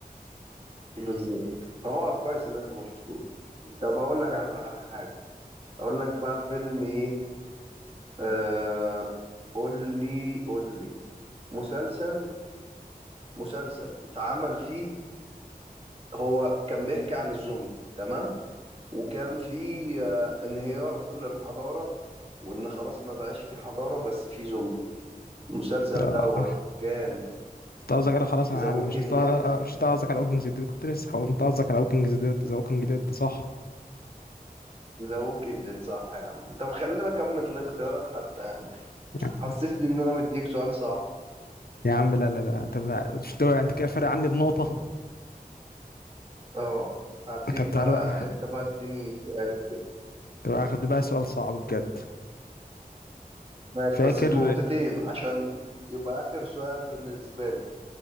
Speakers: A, on the right (about 40°); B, on the left (about 80°).
A: بالظبط هو كويس إن أنت ما شفتوه طب أقول لك على حاجة أقول لك بقى فيلم إيه آه قول لي قول لي مسلسل مسلسل اتعمل فيه هو كان بيحكي عن الزومبي تمام وكان فيه آه انهيار للحضارة وإن خلاص ما بقاش فيه حضارة بس فيه زومبي المسلسل
B: آه.
A: دوت كان
B: انت قصدك انا خلاص انا
A: ذا ووكينج
B: عم- مش قصد-
A: ديد
B: مش انت قصدك على ووكينج ديد كنت لسه هقول انت قصدك على ووكينج ديد ذا ووكينج ديد صح
A: ذا ووكينج ديد صح يا عم طب خلينا أكمل الاختيارات حتى يا عم
B: يعني
A: حسسني إن أنا مديك سؤال صعب
B: يا عم لا لا لا طب مش انت انت كده فارق عني بنقطة
A: اه هديك
B: طب
A: بقى
B: تعالى بقى
A: أنت بقى اديني سؤال
B: طب هاخد بقى سؤال صعب بجد
A: ماشي
B: فاكر
A: بس بنقطتين عشان يبقى آخر سؤال بالنسبة لي